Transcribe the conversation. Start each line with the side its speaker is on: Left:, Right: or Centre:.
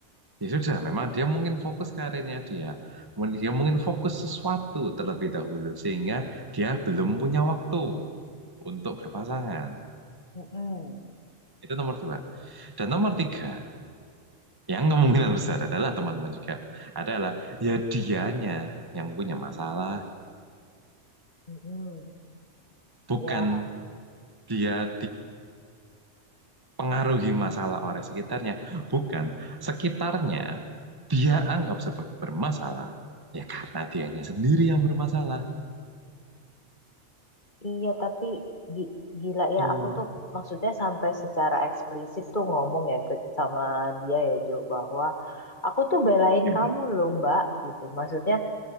Right: Ya sudah, memang dia mungkin fokus karirnya dia. Mun- Dia mungkin fokus sesuatu terlebih dahulu sehingga dia belum punya waktu untuk berpasangan.
Left: mm-mm,
Right: Itu nomor dua. Dan nomor tiga, yang kemungkinan besar adalah teman-teman juga adalah ya dianya yang punya masalah,
Left: mm-mm.
Right: bukan
Left: ya
Right: dia dipengaruhi masalah oleh sekitarnya, bukan sekitarnya dia anggap sebagai bermasalah. Ya karena dianya sendiri yang bermasalah.
Left: iya tapi gi- gila ya
Right: Itu
Left: aku tuh maksudnya sampai secara eksplisit tuh ngomong ya ke sama dia ya Jo bahwa aku tuh belain
Right: gimana?
Left: kamu loh Mbak gitu maksudnya